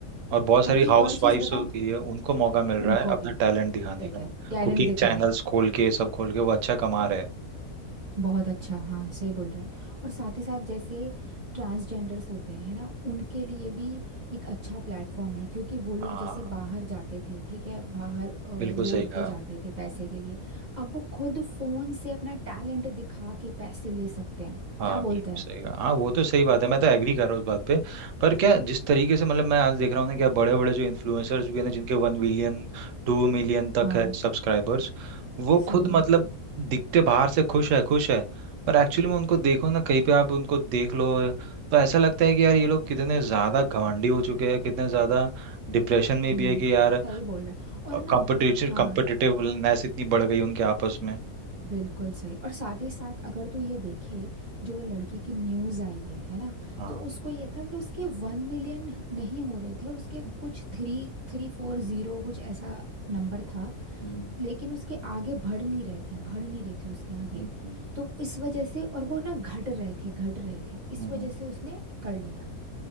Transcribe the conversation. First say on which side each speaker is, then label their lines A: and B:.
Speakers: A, on the right (about 65°); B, on the right (about 40°).
A: और बहुत सारी
B: और एक
A: हाउस
B: और
A: वाइफ्स
B: चीज़ बताऊँ
A: होती है उनको मौका मिल रहा
B: उनको
A: है अपना
B: भी
A: टैलेंट दिखाने
B: ठीक
A: का
B: है टैलेंट
A: कुकिंग
B: दिखाने
A: चैनल्स
B: का
A: खोल के सब खोल के वो अच्छा कमा रहे हैं
B: बहुत अच्छा हाँ सही बोल रहे हैं और साथ ही साथ जैसे ट्रांसजेंडर्स होते हैं है ना उनके लिए भी एक अच्छा प्लेटफॉर्म है क्योंकि वो लोग
A: हाँ
B: जैसे बाहर जाते थे ठीक है बाहर अ, रोड
A: बिल्कुल सही कहा
B: पे जाते थे पैसे के लिए अब वो खुद फोन से अपना टैलेंट दिखा के पैसे ले सकते हैं
A: हाँ
B: क्या
A: बिल्कुल
B: बोलते हैं
A: सही कहा हाँ वो तो सही बात है मैं तो एग्री कर रहा हूँ उस बात पे पर क्या जिस तरीके से मतलब मैं आज देख रहा हूँ ना क्या बड़े बड़े जो इन्फ्लुएंसर्स भी हैं ना जिनके वन मिलियन टू मिलियन तक
B: हाँ
A: है सब्सक्राइबर्स वो
B: सही
A: खुद
B: है
A: मतलब दिखते बाहर से खुश है खुश है पर एक्चुअली में उनको देखो ना कहीं पे आप उनको देख लो तो ऐसा लगता है कि यार ये लोग कितने ज़्यादा घमंडी हो चुके हैं कितने ज़्यादा डिप्रेशन में
B: हम्म
A: भी है कि यार
B: सही बोल रहे हैं और ना
A: कॉम्पिटिटिव
B: हाँ
A: कॉम्पिटिटिवनेस इतनी बढ़ गई उनके आपस में
B: बिल्कुल सही और साथ ही साथ अगर तू ये देखे जो वो लड़की की न्यूज़ आई है है ना
A: हाँ
B: तो उसको ये था कि उसके वन मिलियन नहीं हो रहे थे और उसके
A: हम्म
B: कुछ थ्री थ्री फोर जीरो कुछ ऐसा नंबर था
A: हम्म
B: लेकिन उसके आगे बढ़ नहीं रहे थे बढ़ नहीं रहे थे उसके आगे
A: हम्म हम्म,
B: तो इस वजह से और वो ना घट रहे थे घट रहे थे इस
A: हम्म,
B: वजह से उसने कर लिया